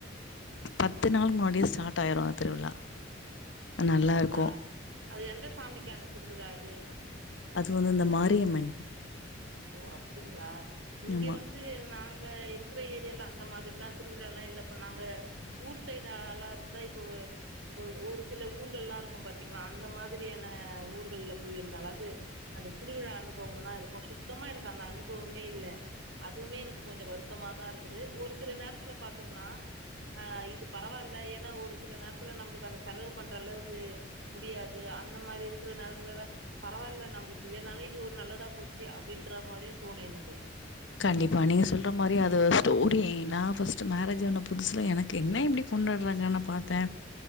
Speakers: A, on the left (about 70°); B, on the right (about 70°).
A: பத்து நாள் முன்னாடியே ஸ்டார்ட் ஆயிரு அ திருவிழா ஆ நல்லா இருக்
B: ஆஹ் அது எந்த சாமிக்கான திருவிழா அ அது
A: அது வந்து இந்த மாரியம்மன்
B: ஓ அப்டிங்களா இங்க
A: ஆமா.
B: வந்து நாங் இப்ப இருக்குற ஏரியால அந்த மாதிரில்லா திருவிழா எல்லா இல்லப்பா நாங்க ஊர் சைடு ஆளா இருந்தா இப்போ இப்போ ஒரு சில ஊர்கள்லா இருக்கும் பாத்தீங்களா அந்த மாதிரியான ஊர்கள்ல போயிருந்தாலாவது அந்த திருவிழா அனுபவோ எல்லா இருக்கும் சுத்தமா எனக்கு அந்த அனுபவமே இல்லை அதுவுமே எனக்கு கொஞ்சம் வருத்தமா தான் இருக்குது ஒரு சில நேரத்துல பாார்த்தோம்னா ஆஹ் இது பரவாயில்ல ஏன்னா ஒரு சில நேரத்துல நம்மளுக்கு அந்த செலவு பண்ற அளவுக்கு முடியாது அந்த மாதிரி இருக்கிற நேரத்துலாம் பரவாயில்ல நம்மளுக்கு இல்லைனாலும் இது ஒரு நல்லதா போச்சு அப்டின்ற மாரியு தோணு எனக்கு
A: கண்டிப்பா நீங்க சொல்ற மாரி அது ஸ்டோரி நா ஃபர்ஸ்ட் மேரேஜ் ஆன புதுசுல எனக்கு என்ன இப்டி கொண்டாடுறாங்கன்னு பாத்தே